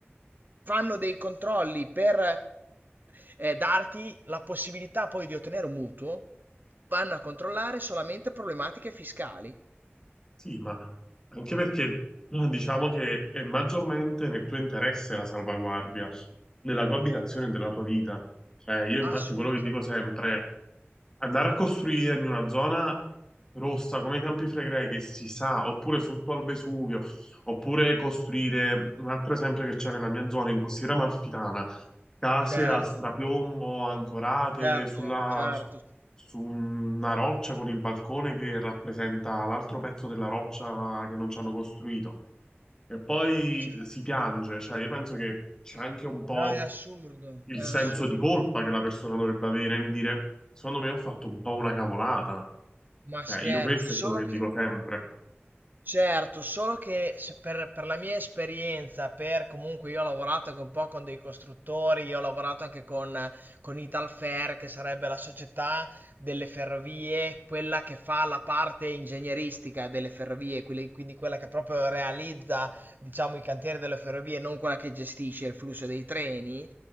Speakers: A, on the right; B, on the left.
A: fanno dei controlli per eh, darti la possibilità poi di ottenere un mutuo, vanno a controllare solamente problematiche fiscali.
B: Sì, ma anche perché eh, diciamo che è maggiormente nel tuo interesse la salvaguardia della tua abitazione e della tua vita. Cioè, io infatti
A: Assolutamente.
B: quello che dico sempre, andare a costruire in una zona rossa come i Campi Flegrei che si sa, oppure sotto al Vesuvio, oppure costruire, un altro esempio che c'è nella mia zona, in Costiera Amalfitana, case
A: Certo,
B: a strapiombo ancorate
A: certo,
B: sulla,
A: certo,
B: su una roccia con il balcone che rappresenta l'altro pezzo della roccia che non ci hanno costruito. E poi
A: certo.
B: si piange, cioè io penso che c'è anche un po'
A: No, è assurdo,
B: il
A: è assurdo.
B: senso di colpa che la persona dovrebbe avere nel dire, secondo me ho fatto un po' una cavolata.
A: Ma
B: Eh,
A: scherzi,
B: io questo
A: solo
B: è quello che
A: che
B: dico sempre.
A: Certo, solo che se per, per la mia esperienza, per comunque io ho lavorato anche un po' con dei costruttori, io ho lavorato anche con, con Italfer, che sarebbe la società delle ferrovie, quella che fa la parte ingegneristica delle ferrovie, quelle- quindi quella che proprio realizza, diciamo, i cantieri delle ferrovie, non quella che gestisce il flusso dei treni.